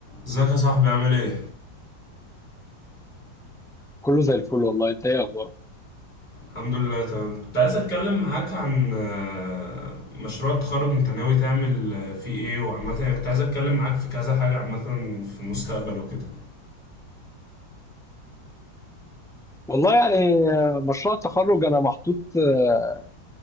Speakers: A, on the left (about 25°); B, in the centre.
A: ازيك يا صاحبي عامل ايه؟
B: كله زي الفل والله انت ايه اخبارك
A: الحمد لله تمام كنت عايز اتكلم معاك عن آه، مشروع التخرج انت ناوي تعمل آه، فيه ايه وعامة يعني كنت عايز اتكلم معاك في كذا حاجة عامة في المستقبل وكده
B: والله يعني آه، مشروع التخرج انا محطوط آه،